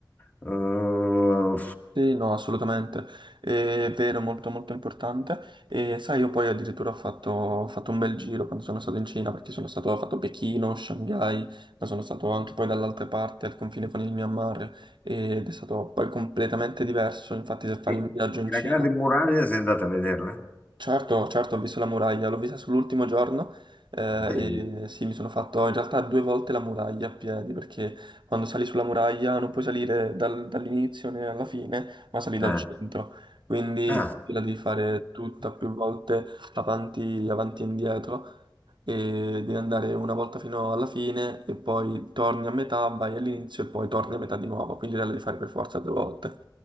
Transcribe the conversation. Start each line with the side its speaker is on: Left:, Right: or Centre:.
Left: eh,
Right: Sì, no, assolutamente, è vero, molto molto importante. E sai, io poi addirittura ho fatto, ho fatto un bel giro quando sono stato in Cina, perché sono stato, ho fatto Pechino, Shanghai, ma sono stato anche poi dall'altra parte, al confine con il Myanmar, ed è stato poi completamente diverso. Infatti, se fai
Left: e,
Right: un viaggio in
Left: e la
Right: Cina,
Left: Grande Muraglia, sei andata a vederla?
Right: Certo, certo, ho visto la muraglia, l'ho vista sull'ultimo giorno eh,
Left: Bellissima.
Right: e sì, mi sono fatto in realtà due volte la muraglia a piedi perché quando sali sulla muraglia non puoi salire dal- dall'inizio né alla fine, ma sali dal
Left: Ah.
Right: centro, quindi
Left: ah.
Right: la devi fare tutta più volte avanti, avanti e indietro e devi andare una volta fino alla fine e poi torni a metà, vai all'inizio e poi torni a metà di nuovo, quindi la devi fare per forza due volte.